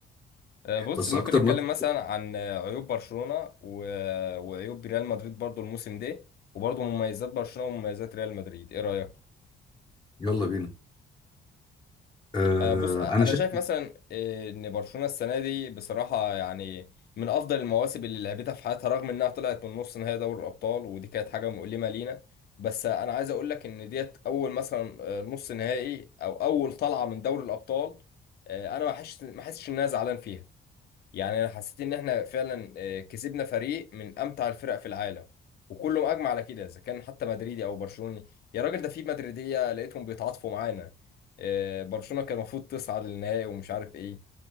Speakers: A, on the left; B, on the left.
A: آه، بص
B: بس
A: ممكن
B: اكتر
A: نتكلم
B: ماتش
A: مثلا عن آه، عيوب برشلونة و... آه، وعيوب ريال مدريد برضو الموسم ده وبرضو مميزات برشلونة ومميزات ريال مدريد ايه رأيك
B: يلا بينا آه،
A: آه، بص آه،
B: انا
A: انا
B: شايف
A: شايف مثلا آه، ان برشلونة السنة دي بصراحة يعني من افضل المواسم اللي لعبتها في حياتها رغم انها طلعت من نص نهائي دوري الابطال ودي كانت حاجة مؤلمة لينا بس آه، انا عايز اقول لك ان ديت اول مثلا آه، نص نهائي او اول طلعة من دوري الابطال آه، انا ما حسش ما حسش ان انا زعلان فيها يعني انا حسيت ان احنا فعلا آه، كسبنا فريق من امتع الفرق في العالم وكله اجمع على كده اذا كان حتى مدريدي او برشلوني يا راجل ده في مدريديه لقيتهم بيتعاطفوا معانا آه، برشلونه كان المفروض تصعد للنهائي ومش عارف ايه